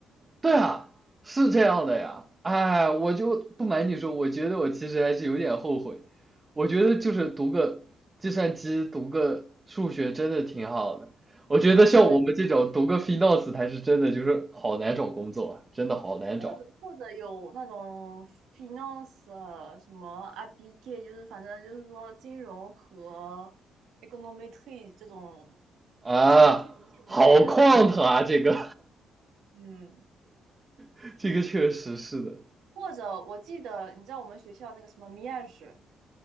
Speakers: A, on the right; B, on the right.
A: 对啊，是这样的呀。哎，我就不瞒你说，我觉得我其实还是有点后悔。我觉得就是读个计算机，读个数学真的挺好的。我觉得像我们这种读个
B: 或者
A: f i
B: 嗯，
A: 子才是真的，就是好难找工作啊，真的好难找
B: 或者或者有那种 finance 呃什么 a p p i q u 就是反正就是说金融和 econometry 这种，
A: 啊，
B: 反正金融建模类的这种，
A: 好旷腾啊，这个
B: 嗯，
A: <laughs> 这个确实是的
B: 或者我记得你知道我们学校那个什么 m i a g e